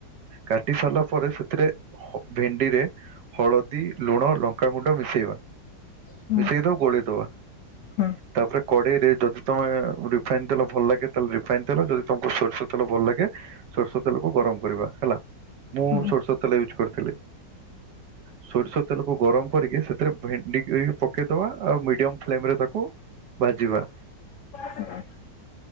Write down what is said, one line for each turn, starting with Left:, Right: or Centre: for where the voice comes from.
Right: କାଟି ସାରିଲା ପରେ ସେଥିରେ ଭେଣ୍ଡିରେ ହଳଦୀ ଲୁଣ ଲଙ୍କାଗୁଣ୍ଡ ମିଶେଇବା
Left: ହୁଁ
Right: ମିଶେଇଦଉ ଗୋଳିେଇ ଦବା
Left: ହୁଁ
Right: ତାପରେ କଡେଇରେ ଯଦି ତମେ ରିଫାଇନ ତେଲ ଭଲ ଲାଗେ ତାହେଲେ ରିଫାଇନ ତେଲ ଯଦି ତମକୁ ସୋରିଷ ତେଲ ଭଲ ଲାଗେ। ସୋରିଷ ତେଲକୁ ଗରମ କରିବା ହେଲା ମୁଁ
Left: ହୁଁ
Right: ସୋରିଷ ତେଲ ୟୁଜ କରିଥିଲି। ସୋରିଷ ତେଲ। କୁ ଗରମ କରିକି ସେଥିରେ ଭେଣ୍ଡି ପକେଇଦବା ଆଉ ମିଡିୟମ ଫ୍ଲେମ ରେ ତାକୁ। ଭାଜିବା।
Left: ହୁଁ